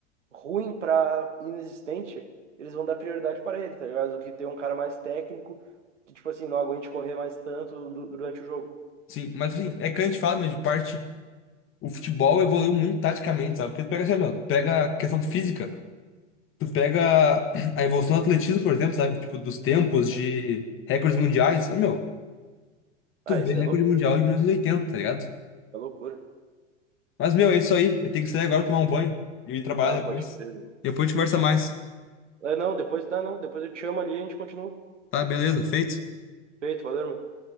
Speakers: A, on the right; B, on the left.
A: ruim pra inexistente, eles vão dar prioridade para ele, tá ligado? Do que ter um cara mais técnico que, tipo assim, não aguente correr mais tanto du- durante o jogo.
B: Sim, mas assim, é que a gente fala, meu, de parte. O futebol evoluiu muito taticamente, sabe? Porque tu pega, sei lá, meu, tu pega a questão física, tu pega <clears throat> a evolução do atletismo, por exemplo, sabe? Tipo, dos tempos
A: Sim.
B: de recordes mundiais. Ah, meu.
A: Ah,
B: Tu
A: isso
B: vê recorde
A: é loucura.
B: mundial de mil novecentos e oitenta tá ligado?
A: É loucura.
B: Mas, meu, é isso aí. Eu tenho que sair agora tomar um banho e ir trabalhar
A: Ah, pode
B: depois.
A: crer.
B: Depois a gente conversa mais.
A: É, não, depois, não, não, depois eu te chamo ali e a gente continua.
B: Tá, beleza, feito.
A: Feito, valeu, irmão.